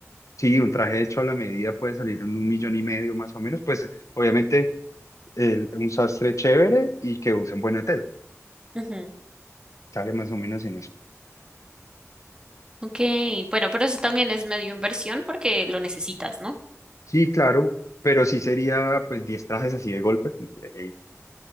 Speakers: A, on the left; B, on the right.
A: sí, un traje hecho a la medida puede salir en un millón y medio más o menos, pues obviamente el- un sastre chévere y que usen buena tela.
B: Ujú.
A: Sale más o menos en eso.
B: Ok, bueno, pero eso también es medio inversión porque lo necesitas, ¿no?
A: Sí, claro, pero sí sería pues 10 trajes así de golpe. como que, ey,